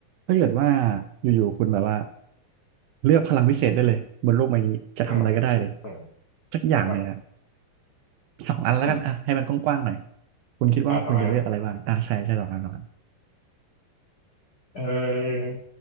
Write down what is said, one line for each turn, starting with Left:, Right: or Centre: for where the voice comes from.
Right: ถ้าเกิดว่าอยู่ๆคุณแบบว่าเลือกพลังพิเศษได้เลยบนโลกใบนี้จะทำอะไรก็ได้เลย
Left: อ่าอ่า
Right: สักอย่างหนึ่งอะ
Left: ครับ
Right: สองอันแล้วกันอ่ะให้มันกว้างๆหน่อย
Left: อืม
Right: คุณคิดว่าคุณจะเลือกอะไรบ้างอ่ะใช่ใช่สองอันสองอัน
Left: อ่าสองอันนะเออ